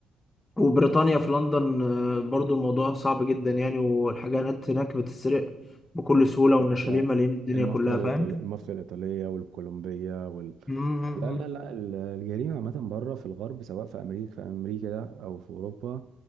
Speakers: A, on the left; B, on the right.
A: وبريطانيا في لندن آه، برضو الموضوع صعب جدا يعني والحاجات هناك بتتسرق بكل سهولة والنشالين
B: مش-
A: مالين الدنيا
B: المافيا
A: كلها
B: الإيطالية
A: فاهم؟
B: المافيا الإيطالية والكولومبية
A: مم، مم،
B: لا لا لا ال- الجريمة عامة بره في الغرب سواء في أمريكا في أمريكا ده أو في أوروبا